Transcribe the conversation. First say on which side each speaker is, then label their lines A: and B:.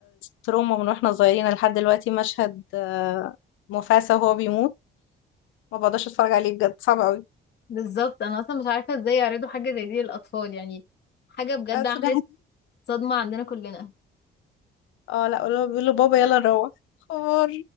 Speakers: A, on the left; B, on the left.
A: تروما من واحنا صغيرين لحد دلوقتي مشهد آه، مفاسة وهو بيموت ما بقدرش اتفرج عليه بجد صعب قوي
B: بالظبط انا اصلا مش عارفه ازاي يعرضوا حاجه زي دي للاطفال يعني حاجه بجد
A: أسف
B: عملت صدمه عندنا كلنا
A: اه لا ولا بيقولوا بابا يلا نروح حوار